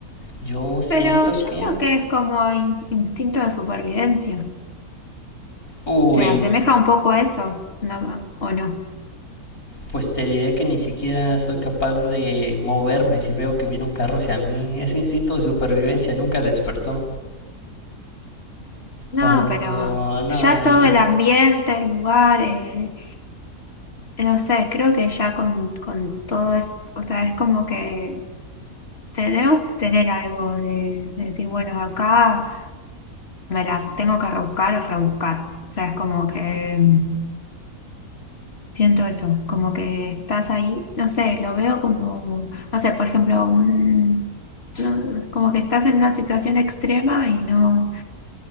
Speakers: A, on the left (about 85°); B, on the left (about 45°).
A: Yo siento
B: Pero yo
A: que...
B: creo que es como in- instinto de supervivencia.
A: Uy,
B: Se asemeja un poco a eso, ¿no? ¿O no?
A: Pues te diré que ni siquiera soy capaz de moverme si veo que viene un carro hacia mí. Ese instinto de supervivencia nunca despertó.
B: No,
A: Cuando...
B: pero
A: No,
B: ya
A: el...
B: todo el ambiente, el lugar, eh, no sé, creo que ya con, con todo esto, o sea, es como que debemos tener algo de, de decir, bueno, acá me la tengo que rebuscar o rebuscar. O sea, es como que... Siento eso, como que estás ahí, no sé, lo veo como, no sé, por ejemplo, un, no, como que estás en una situación extrema y no,